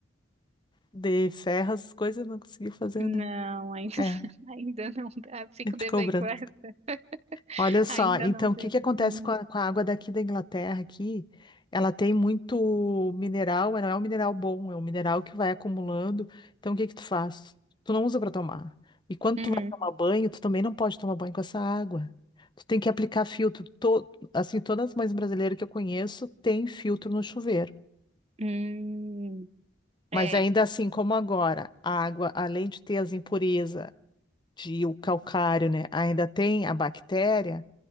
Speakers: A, on the left; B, on the right.
A: de serras, coisas e não conseguiu fazer,
B: Não,
A: né?
B: ainda,
A: É,
B: <laughs>
A: a
B: ainda não dá. Fico
A: gente
B: devendo
A: cobrando.
B: essa. <laughs>
A: Olha só,
B: Ainda
A: então
B: não deu.
A: o que que acontece
B: Hum.
A: com a, com a água daqui da Inglaterra aqui? Ela tem muito mineral, mas não é um mineral bom, é um mineral que vai acumulando. Então o que que tu faz? Tu não usa para tomar. E quando
B: Uhum.
A: tu vai tomar banho, tu também não pode tomar banho com essa água. Tu tem que aplicar filtro. To- assim, todas as mães brasileiras que eu conheço têm filtro no chuveiro.
B: Hum.
A: Mas
B: É.
A: ainda assim, como agora, a água, além de ter as impurezas de o calcário, né, ainda tem a bactéria,